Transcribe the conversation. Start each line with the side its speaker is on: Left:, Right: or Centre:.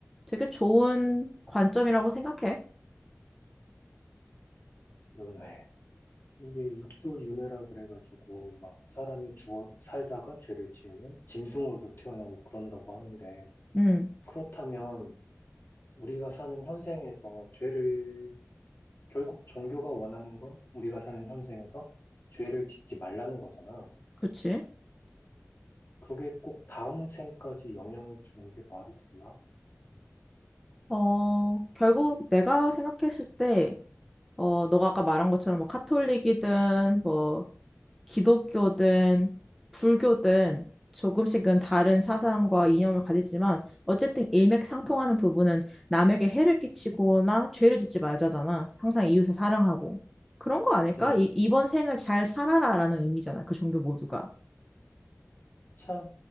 Centre: 되게 좋은 관점이라고 생각해.
Left: 윤회. 이게 육도 윤회라 그래가지고 막 사람이 주어 살다가 죄를 지으면 짐승으로도 태어나고 그런다고 하는데
Centre: 음,
Left: 그렇다면 우리가 사는 현생에서 죄를 결국 종교가 원하는 건 우리가 사는 현생에서 죄를 짓지 말라는 거잖아.
Centre: 그렇지.
Left: 그게 꼭 다음 생까지 영향을 주는 게 말이 됐나?
Centre: 어, 결국 내가 생각했을 때 어, 너가 아까 말한 것처럼 뭐 카톨릭이든 뭐 기독교든 불교든 조금씩은 다른 사상과 이념을 가지지만 어쨌든 일맥상통하는 부분은 남에게 해를 끼치거나 죄를 짓지 말자잖아. 항상 이웃을 사랑하고. 그런 거 아닐까?
Left: 음.
Centre: 이, 이번 생을 잘 살아라라는 의미잖아. 그 종교 모두가.
Left: 참